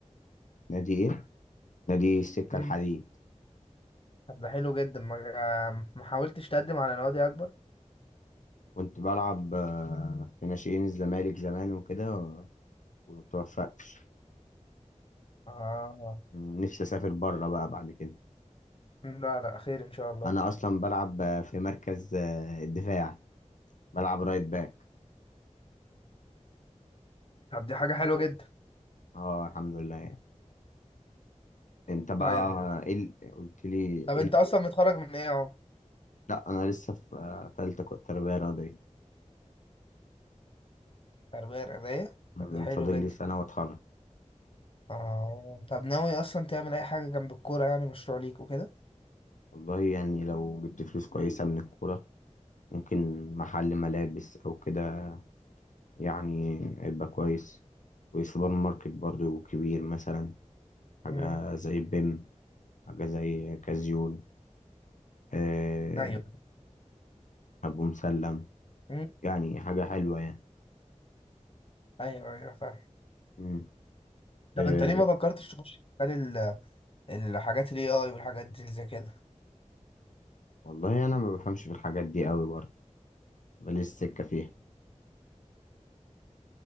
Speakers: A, on the left; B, on the left.
A: نادي ايه؟ نادي السكة
B: مم.
A: الحديد
B: طب ده حلو جدا ما ما حاولتش تقدم على نوادي اكبر
A: كنت بلعب آه، في ناشئين الزمالك زمان وكده و- ومتوفقتش
B: اه
A: م، نفسي أسافر بره بقى بعد كده
B: لا لا خير ان شاء الله
A: أنا أصلا بلعب آه، في مركز آه، الدفاع بلعب رايت باك
B: طب دي حاجة حلوة جدا
A: اه الحمد لله يعني. انت بقى
B: طيب
A: ايه ال- قلت لي
B: طب
A: ايه
B: انت
A: ال-
B: اصلا متخرج من ايه اهو
A: لا انا لسه في آه، تالتة ك- تربية رياضية
B: تربية رياضية
A: م،
B: طب ده حلو
A: فاضل
B: جدا
A: لي سنة واتخرج
B: اه طب ناوي اصلا تعمل اي حاجة جنب الكورة يعني مشروع ليك وكده
A: والله يعني لو جبت فلوس كويسة من الكورة ممكن محل ملابس أو كده يعني هيبقى كويس وسوبر ماركت برضو كبير مثلا حاجة
B: امم
A: زي بيم حاجة زي كازيون آه،
B: ايوه
A: أبو مسلم
B: امم
A: يعني حاجة حلوة يعني
B: ايوه ايوه فاهم
A: مم. آه،
B: طب انت ليه ما فكرتش تخش مجال ال- الحاجات الاي اي والحاجات دي زي كده
A: والله أنا ما بفهمش في الحاجات دي قوي برضو ماليش سكة فيها